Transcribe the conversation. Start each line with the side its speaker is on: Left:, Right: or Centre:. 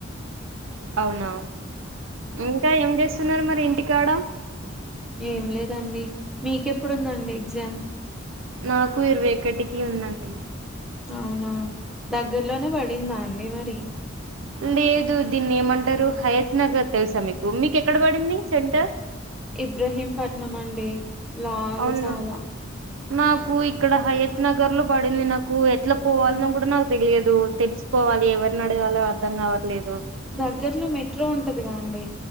Right: అవునా ఇంకా ఏం చేస్తున్నారు మరి ఇంటి కాడ
Centre: ఏం లేదండి మీకెప్పుడుందండి ఎగ్జామ్
Right: నాకు ఇరవై ఒక్కటికి ఉందండి.
Centre: అవునా దగ్గర్లోనే పడిందా అండి మరి
Right: లేదు దీన్ని ఏమంటరు హయత్ నగర్ తెలుసా మీకు మీకు ఎక్కడ పడింది సెంటర్
Centre: ఇబ్రహీంపట్నం అండి లాంగ్
Right: అవును
Centre: చాలా
Right: నాకు ఇక్కడ హయత్ నగర్ లో పడింది నాకు ఎట్లా పోవాల్నో కూడా నాకు తెలియదు తెలుసుకోవాలి ఎవరిని అడగాలో అర్ధం కావట్లేదు
Centre: దగ్గర్లో మెట్రో ఉంటదిగా అండి